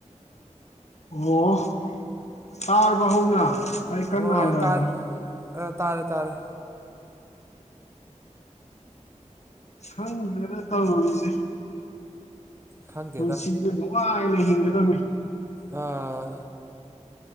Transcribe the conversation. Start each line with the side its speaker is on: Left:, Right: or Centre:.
Left: ꯑꯣ ꯇꯥꯔꯕꯣ ꯍꯧꯅ ꯑꯩ ꯀꯟꯅ
Right: ꯍꯣ
Left: ꯍꯥꯏꯔꯛꯑꯒꯦ
Right: ꯇꯥꯏ ꯑ ꯇꯥꯔꯦ ꯇꯥꯔꯦ
Left: ꯈꯪꯗ꯭ꯔꯦꯗꯥ ꯇꯧꯔꯤꯖꯦ
Right: ꯈꯪꯗꯦꯗ
Left: ꯄꯨꯟꯁꯤꯖꯦ ꯅꯨꯡꯉꯥꯏꯅ ꯍꯤꯡꯒꯗꯝꯅꯤ
Right: ꯑꯥ